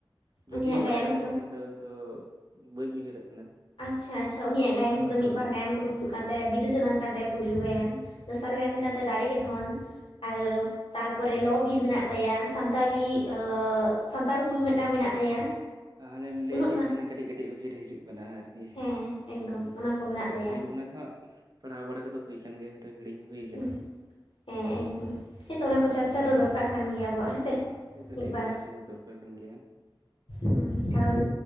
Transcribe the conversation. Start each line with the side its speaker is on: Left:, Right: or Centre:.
Right: ᱡᱩᱫᱤᱭᱳ
Left: ᱩᱱᱤᱭᱟᱜ
Right: ᱵᱟᱲᱟᱭ
Left: ᱜᱟᱭᱟᱱ
Right: ᱠᱟᱱ
Left: ᱠᱚᱫᱚ
Right: ᱛᱟᱸᱦᱮᱱᱟ ᱱᱤᱛᱚ ᱱᱤᱛᱚᱜ ᱵᱟᱹᱧ ᱩᱭᱦᱟᱹᱨᱚᱜ ᱠᱟᱱᱟ
Left: ᱟᱪᱪᱷᱟ ᱟᱪᱪᱷᱟ ᱩᱱᱤᱭᱟᱜ ᱜᱟᱭᱟᱱ ᱠᱚᱫᱚ ᱢᱤᱫ ᱵᱟᱨ ᱜᱟᱭᱟᱱ ᱠᱚᱫᱚ ᱦᱩᱭᱩᱜ ᱠᱟᱱ ᱛᱟᱭᱟ ᱵᱤᱫᱩ ᱪᱟᱸᱫᱟᱱ ᱠᱟᱱ ᱛᱟᱭᱟ ᱯᱩᱭᱞᱩ ᱜᱟᱭᱟᱱ ᱫᱚᱥᱟᱨ ᱜᱟᱭᱟᱱ ᱠᱟᱱ ᱛᱟᱭ ᱫᱟᱲᱮ ᱜᱮ ᱫᱷᱚᱱ ᱟᱨ ᱛᱟᱨ ᱯᱚᱨᱮ ᱞᱚ ᱵᱤᱨ ᱢᱮᱱᱟᱜ ᱛᱟᱭᱟ ᱥᱟᱱᱛᱟᱞᱤ ᱥᱟᱱᱛᱟᱲ ᱦᱩᱞ ᱢᱤᱫ ᱴᱟᱝ ᱢᱮᱱᱟᱜ ᱛᱟᱭᱟ
Right: ᱛᱟᱦᱚᱞᱮᱢ ᱞᱟᱹᱭ
Left: ᱩᱱᱟᱹᱜ
Right: ᱠᱮᱫ
Left: ᱜᱟᱱ
Right: ᱠᱷᱟᱱ ᱠᱟᱹᱴᱤᱡ ᱠᱟᱹᱴᱤᱡ ᱩᱭᱦᱟᱹᱨ ᱦᱤᱡᱩᱜ ᱠᱟᱱᱟ ᱟᱨᱠᱤ
Left: ᱦᱮᱸ ᱮᱠᱫᱚᱢ ᱚᱱᱟ ᱠᱚ ᱢᱮᱱᱟᱜ ᱛᱟᱭᱟ
Right: ᱚᱱᱟᱜᱮ ᱚᱱᱟ ᱦᱟᱸᱜ ᱯᱟᱲᱦᱟᱣ ᱵᱟᱲᱟ ᱠᱟᱫᱚ ᱦᱩᱭ ᱠᱟᱱ ᱜᱮᱭᱟ ᱦᱚᱭᱛᱚ ᱦᱤᱲᱤᱧ ᱦᱩᱭ ᱠᱟᱱᱟ
Left: ᱦᱮᱸ ᱦᱮᱸ ᱮᱠᱫᱚᱢ ᱦᱮᱸᱛᱚ ᱚᱱᱟ ᱠᱚ ᱪᱟᱨᱪᱟ ᱫᱚ ᱫᱚᱨᱠᱟᱨ ᱠᱟᱱ ᱜᱮᱭᱟ ᱟᱵᱚᱣᱟᱜ ᱦᱮᱸᱥᱮ
Right: ᱱᱤᱛᱚ
Left: ᱢᱤᱫ
Right: ᱴᱷᱤᱠ ᱴᱟᱪᱦᱚᱸ ᱫᱚᱨᱠᱟᱨ ᱠᱟᱱ ᱜᱮᱭᱟ
Left: ᱦᱩᱸ ᱠᱟᱨᱚᱱ